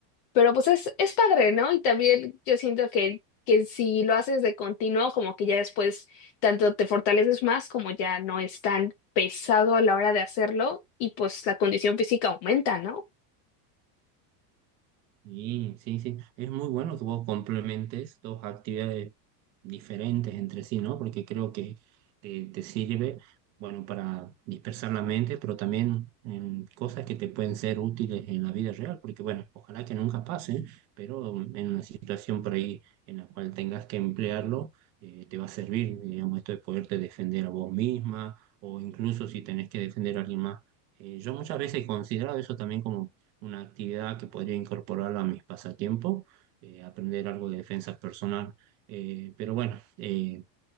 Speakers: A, on the left; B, on the right.
A: pero pues es, es padre, ¿no? Y también yo siento que, que si lo haces de continuo, como que ya después tanto te fortaleces más como ya no es tan pesado a la hora de hacerlo y pues la condición física aumenta, ¿no?
B: Sí, sí, sí. Es muy bueno que vos complementes dos actividades diferentes entre sí, ¿no? Porque creo que te, te sirve, bueno, para dispersar la mente, pero también en cosas que te pueden ser útiles en la vida real, porque bueno, ojalá que nunca pasen, pero en una situación por ahí en la cual tengas que emplearlo, eh, te va a servir, digamos, esto de poderte defender a vos misma o incluso si tenés que defender a alguien más. Eh, yo muchas veces he considerado eso también como una actividad que podría incorporar a mis pasatiempos, eh, aprender algo de defensa personal. Eh, pero bueno, eh,